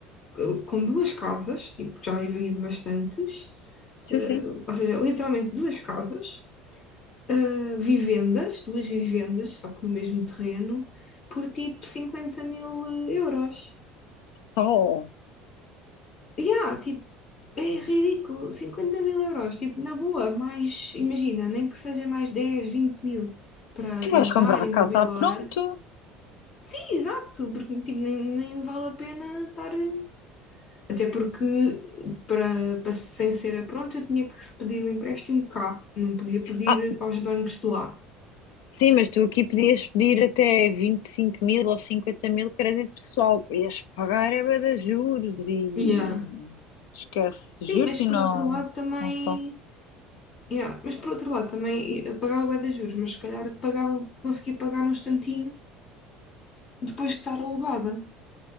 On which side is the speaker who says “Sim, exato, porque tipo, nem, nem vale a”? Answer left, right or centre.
Left